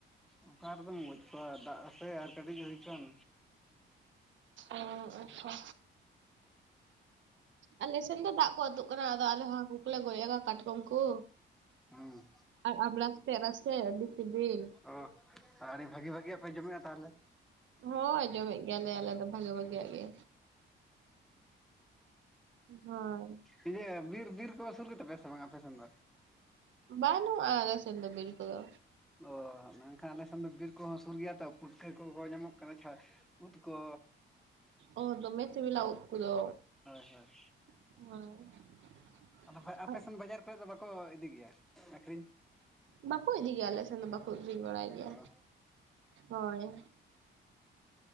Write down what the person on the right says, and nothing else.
ᱚ ᱟᱪᱪᱷᱟ ᱟᱞᱮ ᱥᱮᱱ ᱫᱚ ᱫᱟᱜ ᱠᱚ ᱩᱛᱩᱜ ᱠᱟᱱᱟ ᱟᱫᱚ ᱟᱞᱮ ᱦᱚ ᱦᱟᱹᱠᱩ ᱠᱚᱞᱮ ᱜᱚᱡᱮᱜ ᱠᱚᱣᱟ ᱠᱟᱴᱠᱚᱢ ᱠᱚ
ᱟᱨ ᱟᱢᱲᱟ ᱥᱟᱛᱮ ᱨᱟᱥᱮ ᱟᱰᱤ ᱥᱤᱵᱮᱞ
ᱦᱳᱭ ᱡᱚᱢᱮᱫ ᱜᱮᱭᱟᱞᱮ ᱟᱞᱮ ᱫᱚ ᱵᱷᱟᱜᱤ ᱵᱷᱟᱜᱤᱭᱟᱜ ᱜᱮ ᱦᱳᱭ
ᱵᱟᱱᱩᱜ-ᱟ ᱟᱞᱮᱥᱮᱫ ᱫᱚ ᱵᱤᱨ ᱠᱚ ᱫᱚ
ᱚ ᱫᱚᱢᱮ ᱥᱮᱵᱮᱞᱟ ᱩᱫ ᱠᱚ ᱫᱚ
<unintelligible>
ᱟᱨ
ᱵᱟᱠᱚ ᱤᱫᱤ ᱜᱮᱭᱟ ᱟᱞᱮ ᱥᱮᱱ ᱫᱚ ᱵᱟᱠᱚ ᱟᱹᱠᱷᱨᱤᱧ ᱵᱟᱲᱟᱭ ᱜᱮᱭᱟ
ᱦᱳᱭ